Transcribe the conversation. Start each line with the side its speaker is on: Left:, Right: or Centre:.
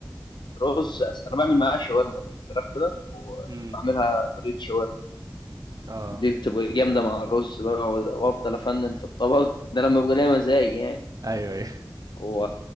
Left: الرز أس- انا بعمل معاه شاورما بجيب فراخ كده وبعملها
Right: امم
Left: طريقه شاورما
Right: اه
Left: دي بتبقى جامده مع الرز بقى و- وافضل افنن في الطبق ده لما بيبقى ليا مزاج يعني
Right: ايوه <laughs>
Left: و...